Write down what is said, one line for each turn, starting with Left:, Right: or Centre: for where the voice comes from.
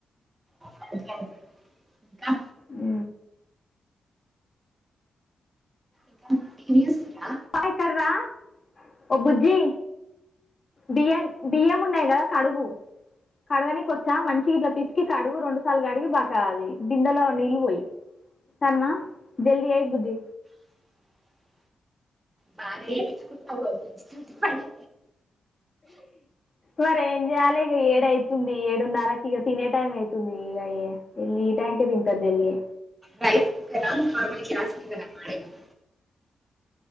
Right: అర్థంకాలే ఇంకా
Left: హ్
Right: ఇంకా టీవీ వస్తుందా.
Left: పాప ఇక్కడరా ఓ బుజ్జి బియ్యం బియ్యము ఉన్నయి కదా కడుగు. కడగనీకి వచ్చా మంచిగా ఇట్లా పిసికి కడుగు రెండుసార్లు కడిగి బాగా అది బిందెలో నీళ్ళు పోయి. సరనా జల్ది చేయి బుజ్జీ.
Right: <inaudible> బాగనే చేపించుకుంటున్నవుగా బుజ్జీతోటి పని
Left: మరే ఏం చేయాలి ఇగ ఏడు అయితుంది. ఏడున్నరకి ఇగ తినే టైమ్ అయితుంది ఇగ ఇల ఈ టైంకే తింటా జల్ది.
Right: రైస్ కుక్కరా మాములుగా చేసే రైస్ <inaudible>